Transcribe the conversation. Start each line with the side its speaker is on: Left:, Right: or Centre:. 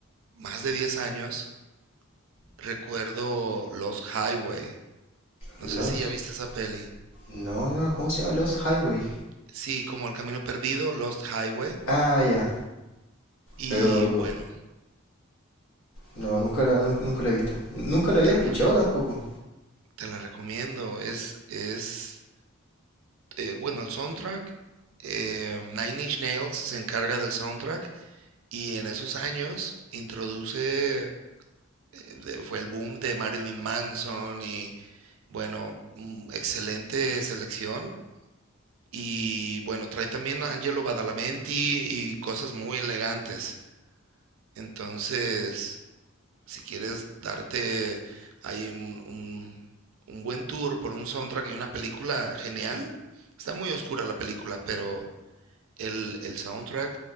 Right: más de 10 años recuerdo Lost Highway. No
Left: Los...
Right: sé si ya viste esa peli.
Left: No, no, ¿cómo se llama? Los Highway.
Right: Sí, como El camino perdido, Lost Highway.
Left: Ah, ya.
Right: Y
Left: Pero
Right: bueno,
Left: no, nunca la, nunca, nunca la he visto. Nunca la había
Right: te
Left: escuchado
Right: la re
Left: tampoco.
Right: te la recomiendo. Es es, eh, bueno, el soundtrack, eh, Nine Inch Nails se encarga del soundtrack Y en esos años introduce, eh, de- fue el boom de Marilyn Manson y bueno, mm, excelente selección. Y bueno, trae también a Angelo Badalamenti y cosas muy elegantes. Entonces, si quieres darte ahí un, un- un buen tour por un soundtrack y una película genial, está muy oscura la película, pero El, el soundtrack,